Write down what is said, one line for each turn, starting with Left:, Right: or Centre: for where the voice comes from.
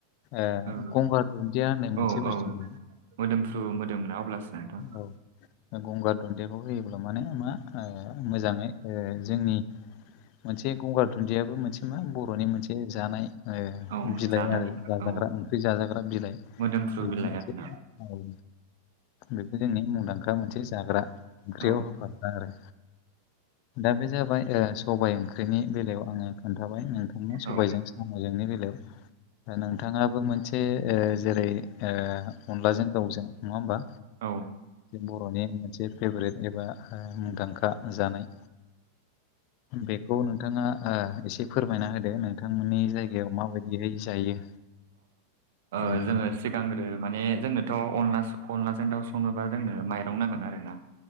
Left: ओ
Right: औ
Left: गंगार दुन्दिया होननाय मोनसे
Right: औ औ
Left: बुस्थु बि
Right: मोदोमफ्रु मोदोमोना अब्लासो नोंथां
Left: औ गंगार दुन्दियाखौ होयोब्ला माने मा मोजाङै जोंनि मोनसे गंगार दुन्दियाबो मोनसे मा बर'नि मोनसे जानाय ओ
Right: औ
Left: बिलाइ
Right: जानाय
Left: आरो जाजाग्रा
Right: औ
Left: ओंख्रि जाजाग्रा बिलाइ
Right: मोदोमफ्रु
Left: बेबो
Right: बिलाइ
Left: मोनसे
Right: आरोना
Left: औ बेबो जोंनि मुंदांखा मोनसे जाग्रा ओंख्रियाव
Right: औ
Left: होफाग्रा आरो दा बे जाबाय ओ सबाय ओंख्रिनि बेलायाव आङो खोन्थाबाय नोंथांनो सबायजों
Right: औ
Left: जोंनि बेलायाव नोंथाङाबो मोनसे जेरै ओ अनलाजों दाउजों नङा होमबा
Right: औ
Left: बर'नि मोनसे फेभरेट एबा ओ मुंदां खा जानाय बेखौ नोंथाङा एसे फोरमायना होदो। नोंथांमोननि जायगायाव माबायदियै जायो।
Right: अ
Left: संनानै
Right: जोङो सिगां ओ माने जोंनोथ' अनला अनलाजों दाउ संनोबा जोंनो माइरं नांगोन आरोना।